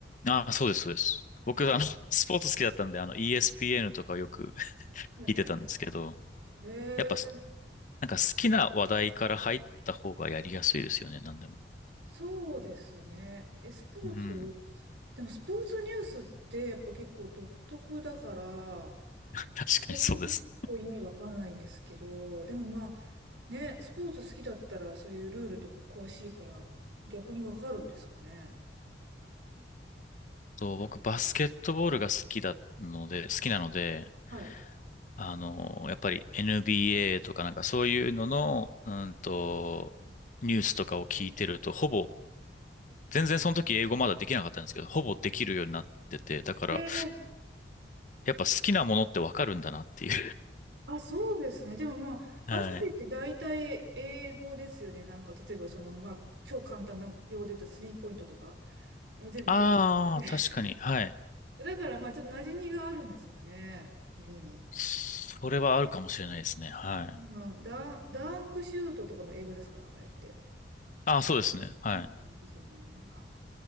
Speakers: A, on the left; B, on the right.
A: あ、そうです、そうです。僕、
B: えー
A: あの、<laughs> スポーツ好きだったんで、あの、ESPN とかをよく <laughs>
B: はいはいは
A: 聞いてたんですけど、
B: い。えー
A: やっぱ、なんか好きな話題から入った方がやりやすいですよね、なんでも。
B: そうですね。え、スポーツ
A: うん。
B: でもスポーツニュースってやっぱ結構独特だから、
A: 確かにそうです。
B: 私結構意味わかんないんですけど、でもまあね、スポーツ好きだったらそういうルールとか詳しいから逆にわかるんですかね。
A: と、僕バスケットボールが好きだので、好きなので、
B: はい。
A: あの、やっぱり NBA とかなんかそういうのの、うんと、ニュースとかを聞いてると、ほぼ、全然その時英語まだできなかったんですけど、ほぼできるようになってて、だから、
B: ええ
A: やっぱ好きなものってわかるんだなっていう
B: あ、そうですね。でもまあ、バスケって大体英語ですよね。
A: <laughs> はい。
B: なんか、例えばその、まあ、超簡単な用語で言ったらスリーポイントとか、もう全部英語です。
A: ああ、確かに、はい。
B: <laughs> だからまあ、ちょっと馴染みがあるんですかね。耳に。
A: それはあるかもしれないですね。はい。
B: うん、ダン、ダンクシュートとかも英語ですかあれって。
A: ああ、そうですね。はい。
B: そうですよね。あ、